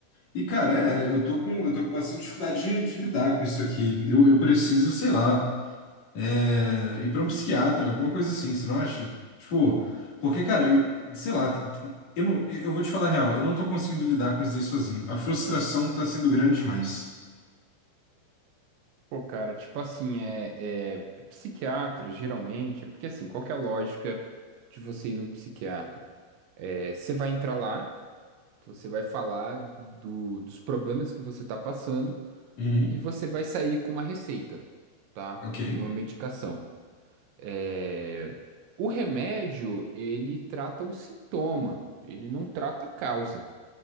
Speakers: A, on the left; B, on the right.
A: E, cara, é, eu tô com, eu tô com bastante dificuldade de, de lidar com isso aqui. Eu, eu preciso, sei lá, é, ir pra um psiquiatra, alguma coisa assim, você não acha? Tipo, porque, cara, eu, sei lá, t- t- eu, não, eu vou te falar a real, eu não tô conseguindo lidar com isso aí sozinho. A frustração tá sendo grande demais.
B: Pô, cara, tipo assim, é, é psiquiatra, geralmente, é porque assim, qual que é a lógica de você ir num psiquiatra? É, você vai entrar lá. Você vai falar do- dos problemas que você está passando
A: Uhum,
B: e você vai sair com uma receita, tá?
A: ok.
B: Com uma medicação. É, O remédio, ele trata o sintoma, ele não trata a causa,